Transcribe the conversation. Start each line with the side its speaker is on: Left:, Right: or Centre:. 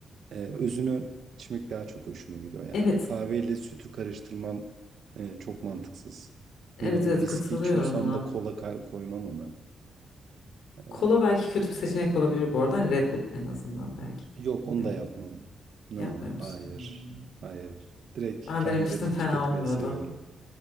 Right: Ee, özünü içmek daha çok hoşuma gidiyor yani.
Left: Evet
Right: Kahveyle sütü karıştırmam e, çok mantıksız.
Left: evet
Right: Ne bileyim
Left: evet
Right: viski
Left: katılıyorum
Right: içiyorsam
Left: buna.
Right: da kola kay- koymam ona. Ee,
Left: Kola belki kötü bir seçenek olabilir bu arada. Hani Red Bull en azından belki.
Right: yok onu
Left: Ne
Right: da
Left: bileyim
Right: yapmam. No,
Left: yapmıyor musun?
Right: hayır.
Left: Hmm.
Right: Hayır. Direkt
Left: Ben
Right: kendilerini
Left: denemiştim fena
Right: tüketmeyi
Left: olmuyordu.
Right: seviyorum.